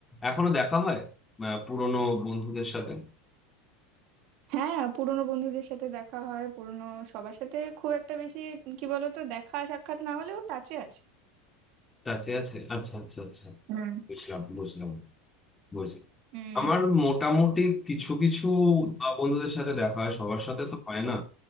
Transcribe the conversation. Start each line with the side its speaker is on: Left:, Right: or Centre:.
Left: এখনো দেখা হয় আহ, পুরনো বন্ধুদের সাথে
Right: হ্যাঁ পুরোনো বন্ধুদের সাথে দেখা হয় পুরোনো সবার সাথে খুব একটা বেশি কি বলতো দেখা সাক্ষাৎ না হলেও টাচে আছে
Left: টাচে আছে আচ্ছা আচ্ছা আচ্ছা
Right: হুম
Left: বুঝলাম বুঝলাম বুঝলাম
Right: হুম
Left: আমার মোটামুটি কিছু কিছু আহ, বন্ধুদের সাথে দেখা হয় সবার সাথে তো হয় না